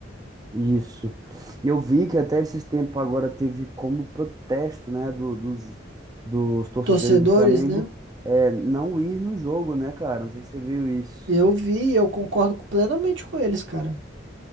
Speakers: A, on the right; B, on the right.
A: Isso. Eu vi que até esses tempos agora teve como protesto, né, do- dos, dos torcedores
B: Torcedores,
A: do Flamengo,
B: né?
A: é, não ir no jogo, né, cara? Não sei se você viu isso.
B: Eu vi, e eu concordo plenamente com eles, cara.